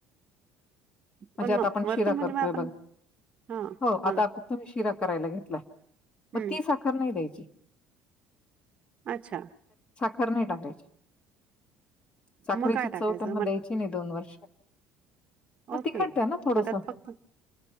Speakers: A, on the left (about 30°); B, on the right (about 40°).
A: म्हणजे
B: पण मग
A: आता आपण
B: वरतून
A: शिरा
B: म्हणजे
A: करतोय
B: मग आपण
A: बघा.
B: हा
A: हो
B: हा
A: आता तुम्ही शिरा करायला घेतला, मग
B: हम्म
A: ती साखर नाही द्यायची.
B: अच्छा.
A: खर नाही टाकायची. साखरेची
B: मग काय टाकायचं
A: चव त्यांना
B: मग
A: द्यायची नाही दोन वर्ष. मग
B: ओके
A: तिखट द्या ना थोडसं.
B: मग त्यात फक्त,